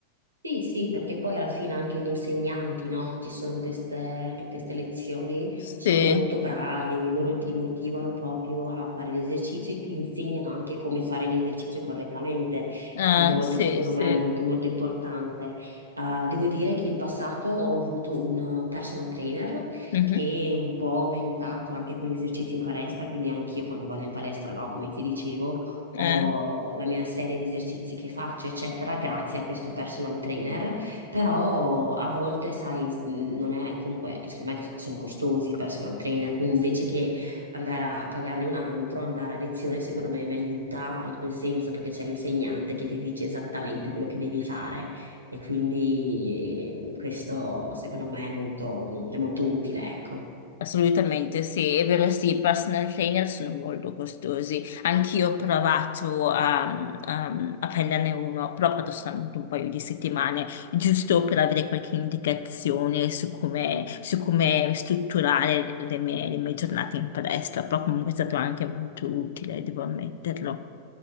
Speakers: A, on the right; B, on the left.
A: Sì, sì, perché poi alla fine anche gli insegnanti, no, che ci sono in queste, in queste lezioni,
B: Sì,
A: sono molto bravi, loro ti motivano proprio a fare l'esercizio e ti insegnano anche come fare l'esercizio correttamente,
B: eh,
A: che a volte
B: sì,
A: secondo
B: sì,
A: me è molto molto importante. Eh, devo dire che in passato ho avuto un personal trainer
B: Mhm,
A: che un po' mi ha aiutato anche con gli esercizi in palestra, quindi anch'io quando vado in palestra, no, come ti dicevo
B: eh,
A: ho la mia serie di esercizi che faccio, eccetera, grazie a questo personal trainer, però a volte, sai, s- non è comunque, secondo me sono costosi i personal trainer, quindi invece che andare a pagarne un altro, andare a lezione, secondo me mi aiuta in quel senso, perché c'è l'insegnante che ti dice esattamente quello che devi fare e quindi eh, questo secondo me è molto, è molto utile, ecco.
B: assolutamente sì, è vero sì, i personal trainer sono molto costosi, anch'io ho provato a, a- a prenderne uno, però ho fatto solamente un paio di settimane, giusto per avere qualche indicazione su come, su come strutturare le mie, le mie giornate in palestra, però comunque è stato anche molto utile, devo ammetterlo.